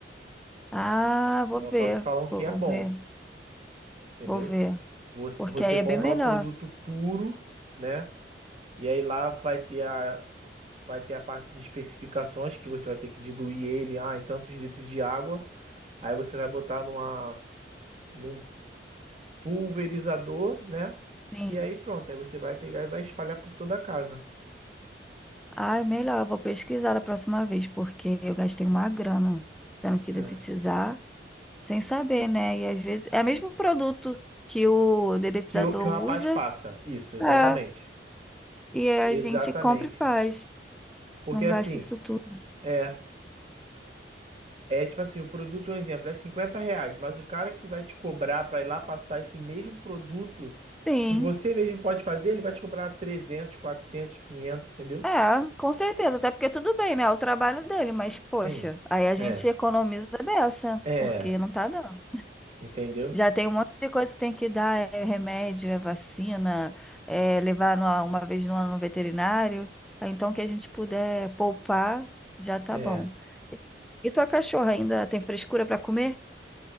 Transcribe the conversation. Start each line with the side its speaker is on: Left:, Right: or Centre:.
Centre: Ah, vou
Right: Botox
Centre: ver,
Right: falam que
Centre: vou
Right: é bom,
Centre: ver,
Right: entendeu?
Centre: vou ver.
Right: Você
Centre: Porque
Right: você
Centre: aí é
Right: compra
Centre: bem melhor.
Right: um produto puro, né? E aí lá vai ter a, vai ter a parte de especificações que você vai ter que diluir ele, ah, em tantos litros de água. Aí você vai botar numa, num pulverizador, né?
Centre: Sim.
Right: E aí pronto, aí você vai pegar e vai espalhar por toda a casa.
Centre: Ai, melhor, eu vou pesquisar da próxima vez, porque eu gastei uma grana tendo que dedetizar
Right: É.
Centre: sem saber, né? E às vezes é o mesmo produto que o dedetizador
Right: Que, o, que o rapaz
Centre: usa,
Right: passa. Isso, exatamente.
Centre: é, e aí
Right: Exatamente.
Centre: a gente compra e faz.
Right: Porque
Centre: Não
Right: assim,
Centre: gasta isso tudo.
Right: é, é tipo assim, o produto, um exemplo, é 50 reais, mas o cara que vai te cobrar para ir lá passar esse mesmo produto
Centre: Sim,
Right: que você mesmo pode fazer, ele vai te cobrar 300 400 500 entendeu?
Centre: é, com certeza, até porque tudo bem, né? É o trabalho dele, mas poxa,
Right: Sim.
Centre: aí a
Right: É.
Centre: gente economiza a beça,
Right: É.
Centre: porque não tá dando.
Right: Entendeu?
Centre: Já tem um monte de coisa que tem que dar, é remédio, é vacina, é levar numa- uma vez no ano no veterinário. Ah, Então, que a gente puder poupar, já tá
Right: É.
Centre: bom. E e tua cachorra ainda tem frescura para comer?